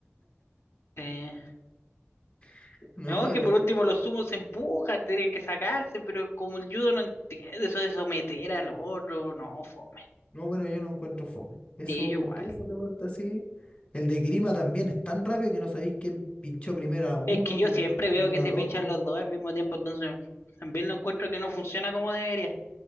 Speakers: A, on the left; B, on the left.
A: Sí.
B: <laughs> no,
A: No,
B: pero,
A: que por último los sumos se empujan, tienen que sacarse, pero como el judo no entiende eso de someter al otro, no, fome.
B: no, bueno, yo lo encuentro fome. Eso,
A: Sí, yo igual.
B: todo eso te corta así. El de Grima también es tan rápido que no sabéis quién pinchó primero a uno,
A: Es que yo
B: quién
A: siempre
B: pinchó
A: veo
B: primero
A: que se
B: al otro.
A: pinchan los dos al mismo tiempo, entonces también lo encuentro que no funciona como debería.